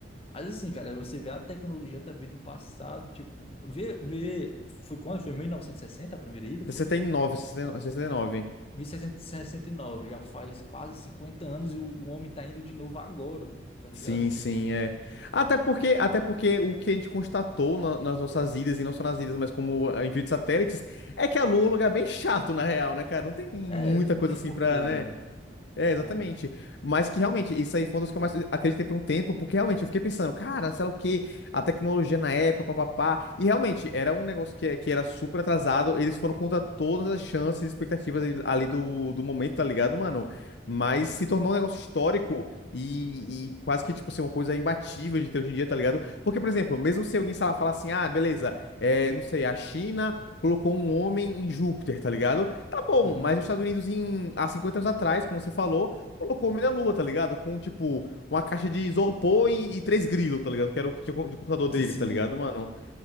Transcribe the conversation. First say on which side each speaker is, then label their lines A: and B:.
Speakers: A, on the left; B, on the left.
A: Mas assim, cara, você vê a tecnologia também do passado, tipo, vê, vê, foi quando? Foi em 1960 a primeira ida, foi?
B: 69, nove, sessenta e nove.
A: 1969, já faz quase 50 anos e o, o homem tá indo de novo agora, tá ligado?
B: Sim,
A: Tipo,
B: sim, é. Até porque, até porque o que a gente constatou na- nas nossas idas, e não só nas idas, mas como ah, envio de satélites, é que a Lua é um lugar bem chato, na real, né, cara? Não tem muita
A: é, não
B: coisa
A: tem
B: assim
A: porquê
B: pra, né?
A: lá, né?
B: É, exatamente.
A: Realmente.
B: Mas que realmente, isso aí foi uma das que eu mais acreditei por um tempo, porque realmente eu fiquei pensando, cara, sei lá o quê, a tecnologia na época, papapá. E realmente, era um negócio que, que era super atrasado, eles foram contra todas as chances e expectativas ali ali do, do momento, tá ligado, mano? Mas se tornou um negócio histórico e, e quase que, tipo, ser uma coisa imbatível de ter hoje em dia, tá ligado? Porque, por exemplo, mesmo se alguém, sei lá, falar assim, ah, beleza, é, não sei, a China colocou um homem em Júpiter, tá ligado? Tá bom,
A: Uhum.
B: mas os Estados Unidos, em, há 50 anos atrás, como você falou, colocou o homem na lua, tá ligado? Com, tipo, uma caixa de isopor e, e três grilos, tá ligado? Que era o que tinha co- de computador deles,
A: Sim.
B: tá ligado, mano?